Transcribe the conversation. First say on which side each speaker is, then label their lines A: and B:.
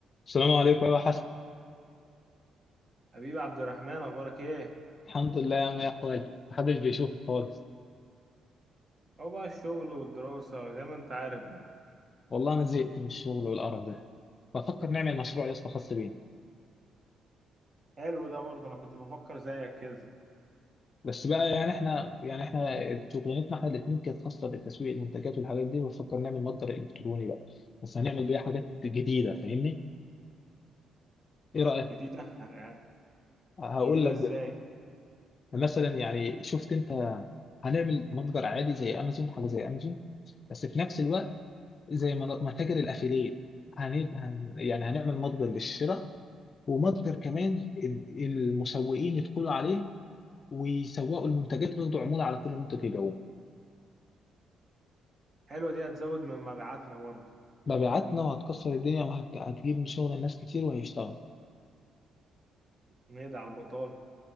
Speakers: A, on the left; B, on the right.
A: السلام عليكم ايوه حسن
B: حبيبي عبد الرحمن اخبارك ايه
A: الحمد لله يا عم يا احوالك محدش بيشوفك خالص
B: اهو بقى الشغل والدراسة زي ما انت عارف بقى
A: والله انا زهقت من الشغل والقرف ده بفكر نعمل مشروع يا اسطى خاص بينا
B: حلو ده برضه انا كنت بفكر زيك كده
A: بس بقى يعني احنا يعني احنا شغلانتنا احنا الاثنين كانت خاصه بالتسويق المنتجات والحاجات دي بفكر نعمل متجر الكتروني بقى بس هنعمل بيه حاجات جديده فاهمني ايه رايك
B: جديدة آه،
A: هقول
B: جديدة
A: لك
B: ازاي
A: مثلا يعني شفت انت هنعمل متجر عادي زي امازون حاجه زي امازون بس في نفس الوقت زي ما- متاجر الافيليت هن... هن... يعني هنعمل متجر للشراء ومصدر كمان ال- المسوقين يدخلوا عليه ويسوقوا المنتجات وياخدوا عمولة على كل منتج يبيعوه
B: حلوة دي هتزود من مبيعاتنا برضه
A: مبيعاتنا وهتكسر الدنيا وهتجيب من شغل الناس كتير وهيشتغل
B: نقضي على البطالة